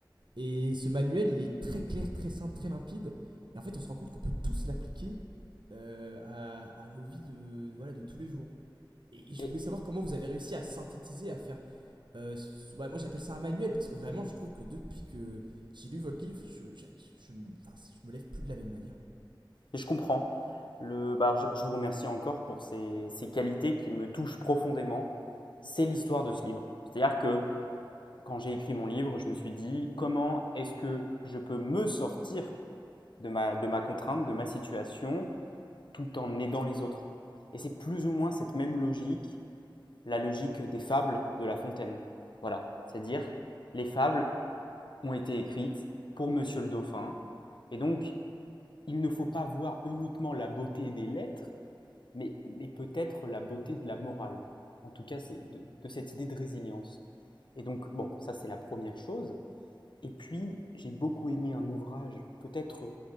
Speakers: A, on the right (about 70°); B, on the left (about 75°).
A: Et ce manuel, il est très clair, très simple, très limpide. Et en fait, on se rend compte qu'on peut tous l'appliquer euh, à, à nos vies de, voilà, de tous les jours. Et, et je
B: Et,
A: voulais savoir comment vous avez réussi à synthétiser, à faire. euh, ouais, moi, j'appelle ça un manuel parce que vraiment, je trouve que depuis que j'ai lu votre livre, je, je, je je, me- enfin, je me lève plus de la même manière.
B: et je comprends. Le, bah, je, je, vous remercie encore pour ces, ces qualités qui me touchent profondément. C'est l'histoire de ce livre. C'est-à-dire que quand j'ai écrit mon livre, je me suis dit comment est-ce que je peux me sortir de ma, de ma contrainte, de ma situation, tout en aidant les autres. Et c'est plus ou moins cette même logique, la logique des fables de La Fontaine. Voilà, c'est-à-dire
A: Hmm.
B: les fables ont été écrites pour Monsieur le Dauphin, et donc il ne faut pas voir uniquement la beauté des lettres, mais, mais peut-être la beauté de la morale, en tout cas c'est de, de cette idée de résilience. Et donc, bon, ça c'est la première chose. Et puis, j'ai beaucoup aimé un ouvrage, peut-être